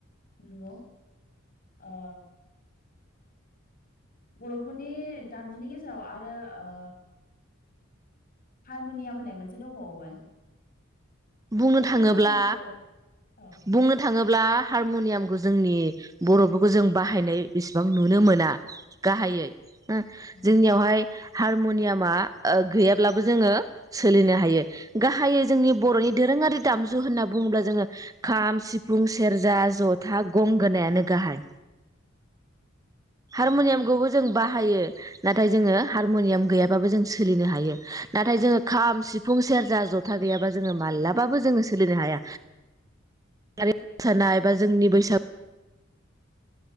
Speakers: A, on the left; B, on the right.
A: नंगौ ओ बर'फोरनि दामजुनि गेजेराव आरो ओ हारमुनियाम होननाय मोनसे दंबावोमोन
B: बुंनो
A: बे
B: थाङोब्ला
A: हारमनियामखौ औ
B: बुंनो थाङोब्ला हारमनियामखौ जोंनि बर'फोरखौ जों बाहायनाय बि बिबां नुनो मोना गाहायै न
A: अ
B: जोंनियावहाय हारमुनियामा ओ गैयाब्लाबो जोङो सोलिनो हायो गाहायै जोंनि बर'नि दोरोङारि दामजु होनना बुङोब्ला जोङो खाम सिफुं सेरजा जथा गंगोनायानो गाहाय हारमुनियामखौबो
A: अ
B: जों बाहायो नाथाय जोङो हारमुनियाम गैयाबाबो जों सोलिनो हायो नाथाय जोङो खाम सिफुं सेरजा जथा गैयाबा जोङो मालाब बाबो जोङो सोलिनो हाया मोसानाय एबा जोंनि बैसागु